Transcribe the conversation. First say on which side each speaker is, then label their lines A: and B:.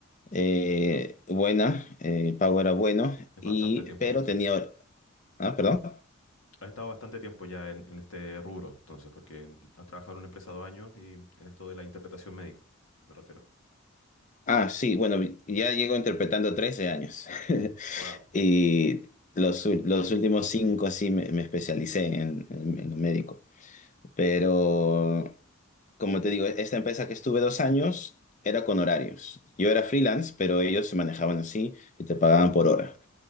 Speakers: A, on the left; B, on the left.
A: eh, buena, eh, el pago era bueno,
B: Es
A: y,
B: bastante tiempo
A: pero
B: que estuviste.
A: tenía... Ah, perdón.
B: Has estado bastante tiempo ya en, en este rubro, entonces, porque has trabajado en una empresa dos años y en esto de la interpretación médica, me refiero.
A: Ah, sí, bueno, ya llego interpretando 13 años. <laughs>
B: Wow.
A: Y los, ul- los últimos 5 sí me, me especialicé en, en, en lo médico. Pero, como te digo, esta empresa que estuve dos años era con horarios. Yo era freelance, pero ellos se manejaban así y te pagaban por hora.